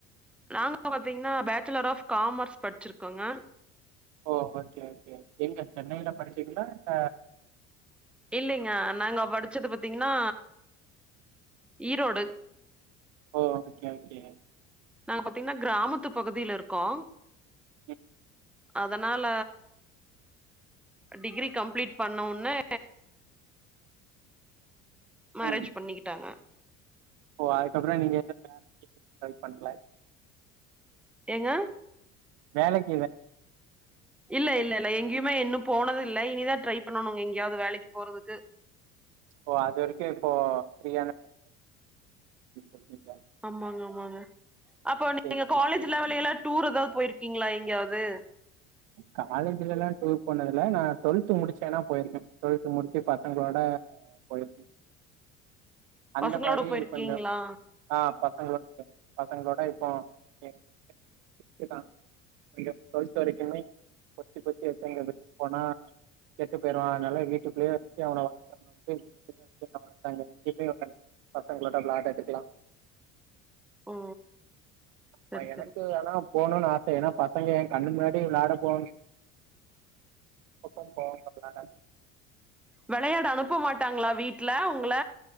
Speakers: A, in the centre; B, on the right.
A: நாங்க பாத்தீங்கன்னா பேச்சுலர் ஆஃப் காமர்ஸ் படிச்சிருக்கோங்க
B: ஓ ஓகே ஓகே எங்க சென்னையில படிச்சிங்ளா இல்ல
A: இல்லைங்க நாங்க படிச்சது பாத்தீங்கன்னா ஈரோடு
B: ஓ ஓகே ஓகே
A: நாங்க பாத்தீங்கன்னா கிராமத்து பகுதியில இருக்கோ
B: ம்
A: அதனால டிகிரி கம்ப்ளீட் பண்ண வொன்னே மேரேஜ்
B: ம்
A: பண்ணிக்கிட்டாங்க
B: ஓ அதுக்கப்புறோ நீங்க எது வேலைக்கி ட்ரை பண்ல
A: ஏங்க
B: வேலைக்கிங்க
A: இல்ல இல்ல இல்ல எங்கயுமேஇன்னு போனது இல்லஇனிதா ட்ரை பண்ணணு எங்கியாவது வேலைக்கு போறதுக்கு
B: ஓ அது வரைக்கும் இப்போ ஃப்ரீ ஆன டைம் <inaudible>
A: ஆமாங்க ஆமாங்க அப்போ நீங்க
B: சரி சரி
A: காலேஜ்
B: சரி
A: லெவலல்ல எல்லா டூர் ஏதாவது போயிருக்கீங்ளா எங்கேயாவது
B: காலேஜ்ல எல்லா டூர் போனதுல நா டுவெல்த் முடிச்சி வேனா போயிருக்கே டுவெல்த் முடிச்சு பசங்களோட அ போயிருக்கங்கா அந்த
A: பசங்களோட
B: மாரி
A: போயிருக்கீங்களா?
B: கொஞ்சோ ஆ பசங்களோ பசங்களோட இப்போ எங் <unintelligible> நீங்க பல்ஸ் அரக்குனா பொத்தி பொத்தி வச்சங்க போனா கெட்டு போய்ரு அதுனால வீட்டுகுள்ளேயே வச்சு அவன வளத்தாங்க <inaudible> வளத்தாங்க இப்பயு வுடல பசங்களோட விளாடுரதுக்கலா
A: ஓ!
B: ஆமா
A: சரி
B: எனக்கு
A: சரி.
B: வேணா போணுனு ஆச ஏன்னா பசங்க எ கண்ணு முன்னாடியே வெளாட போவாங்க சுத்தோ போ பண்ணாட
A: வெளையாட அனுப்ப மாட்டாங்களா வீட்டு்ல உங்கள